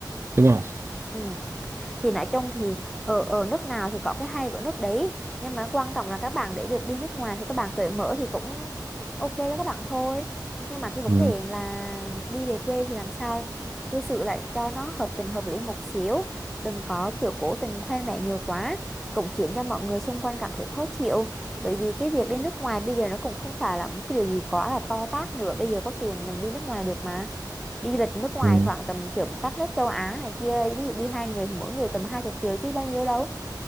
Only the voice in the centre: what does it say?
ừ thì nói chung thì ở ở nước nào thì có cái hay của nước đấy nhưng mà quan trọng là các bạn để được đi nước ngoài thì các bạn cởi mở thì cũng ok đó các bạn thôi nhưng mà cái vấn
đề là đi về quê thì làm sao cư xử lại cho nó hợp tình hợp lý một xíu đừng có kiểu cố tình khoe mẽ nhiều quá cũng khiến cho mọi người xung quanh cảm thấy khó chịu bởi vì cái việc đi nước ngoài bây giờ nó cũng không phải là một cái điều gì quá là to tát nữa bây giờ có tiền mình đi nước ngoài được mà đi du lịch nước ngoài
khoảng tầm kiểu các nước châu Á này kia ví dụ đi hai người mỗi người tầm hai chục triệu chứ bao nhiêu đâu